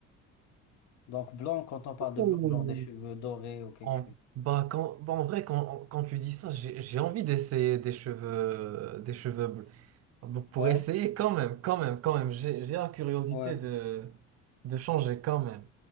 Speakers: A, on the left; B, on the right.
A: Donc blanc quand on parle de
B: Ouh.
A: blanc genre des cheveux dorés ou quelque
B: En,
A: chose.
B: bah, quand, bah, en vrai, quand, quand tu dis ça, j'ai j'ai envie d'essayer des cheveux, des cheveux, Donc pour
A: Ouais,
B: essayer quand même, quand même, quand même, j'ai j'ai la curiosité
A: ouais,
B: de, de changer quand même.